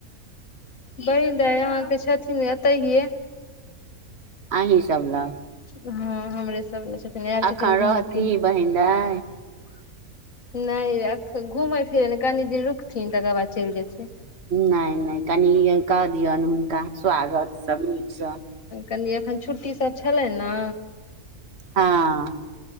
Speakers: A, on the left (about 65°); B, on the right (about 45°).
A: बहिन दाय अहाँ के छथिन एतै हे
B: अही सब लग
A: हँ हमरे सब लग छथिन आयल
B: अखन
A: छथिन घूमय
B: रहती
A: फिरे
B: बहिन दाय
A: नहि ये अख घुमै फिरे ले कनि दिन रुकथिन तकर बाद चलि जेथिन
B: नहि नहि कनि आई क दिऔन हुनका स्वागत सब नीकसँ
A: कनी एखन छुट्टी सब छलै न
B: हँ